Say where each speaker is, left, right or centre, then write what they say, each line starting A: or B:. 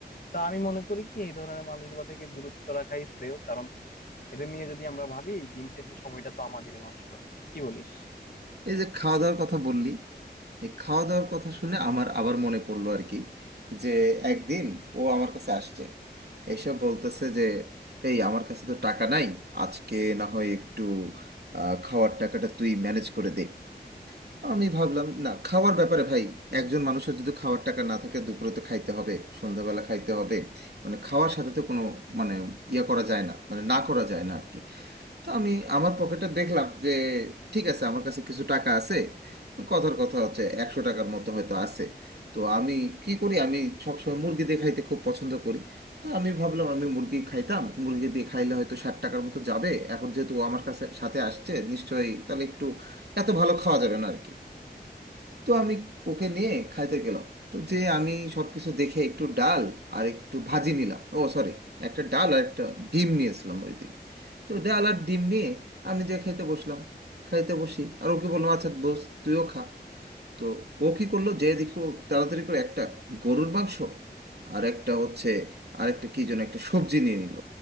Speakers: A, on the left; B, on the right.
A: তা আমি মনে করি কি এই ধরনের মানুষগুলো থেকে দূরত্ব রাখাই শ্রেয় কারণ এদের নিয়ে যদি আমরা ভাবি দিন শেষে সময়টা তো আমাদেরই নষ্ট কি বলিস
B: এই যে খাওয়া দাওয়ার কথা বললি এই খাওয়া দাওয়ার কথা শুনে আমার আবার মনে পড়লো আর কি যে একদিন ও আমার কাছে আসছে এইসব বলতেছে যে এই আমার কাছে তো টাকা নাই আজকে না হয় একটু আহ, খাওয়ার টাকাটা তুই ম্যানেজ করে দে আমি ভাবলাম না খাওয়ার ব্যাপারে ভাই একজন মানুষের যদি খাওয়ার টাকা না থাকে দুপুরে তো খাইতে হবে সন্ধ্যাবেলা খাইতে হবে মানে খাওয়ার সাথে তো কোনো মানে ইয়ে করা যায় না মানে না করা যায় না আর কি তো আমি আমার পকেটে দেখলাম যে ঠিক আছে আমার কাছে কিছু টাকা আছে কথার কথা হচ্ছে একশো টাকার মতো হয়তো আছে তো আমি কি করি আমি সবসময় মুরগি দিয়ে খাইতে খুব পছন্দ করি তো আমি ভাবলাম আমি মুরগি খাইতাম মুরগি দিয়ে খাইলে হয়তো ষাট টাকার মতো যাবে এখন যেহেতু ও আমার কাছে সাথে আসছে নিশ্চয়ই তাহলে একটু এত ভালো খাওয়া যাবে না আর কি তো আমি ওকে নিয়ে খাইতে গেলাম তো যে আমি সব কিছু দেখে একটু ডাল আর একটু ভাজি নিলাম ও সরি একটা ডাল আর একটা ডিম নিয়েছিলাম ওই দিকে তো ডাল আর ডিম নিয়ে আমি যে খাইতে বসলাম খাইতে বসি আর ওকে বললাম আচ্ছা বস তুইও খা তো ও কি করলো যে দেখো তাড়াতাড়ি করে একটা গরুর মাংস আর একটা হচ্ছে আরেকটা কি যেন একটা সবজি নিয়ে নিল